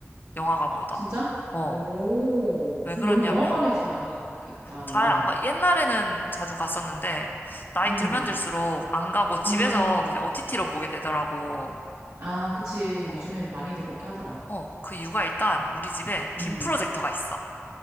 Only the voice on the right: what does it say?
진짜?
오,
너는 영화관에 잘 안 가겠다.
어.
음,
음.
아, 그치.
요즘에는 많이들 그렇게 하더라.
음.